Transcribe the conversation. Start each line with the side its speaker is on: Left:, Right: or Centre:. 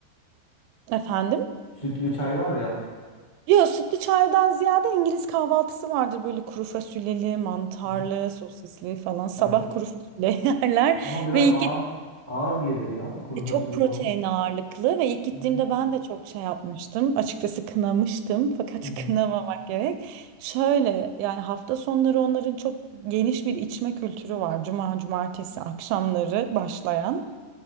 Right: efendim.
Left: Sütlü çay var ya.
Right: Yo sütlü çaydan ziyade İngiliz kahvaltısı vardır böyle kuru fasulyeli, mantarlı,
Left: hı hı.
Right: sosisli falan. Sabah
Left: Evet.
Right: kuru fasulye <laughs> yerler
Left: Ama biraz
Right: ve
Left: ağır.
Right: iki
Left: Ağır gelir ya. Kuru
Right: E,
Left: fasulye
Right: Çok protein
Left: falan.
Right: ağırlıklı ve ilk gittiğimde
Left: Hı hı,
Right: ben de çok şey yapmıştım. Açıkçası kınamıştım fakat
Left: hı hı,
Right: <laughs> kınamamak gerek. Şöyle yani hafta sonları onların çok geniş bir içme kültürü var. Cuma, cumartesi akşamları başlayan.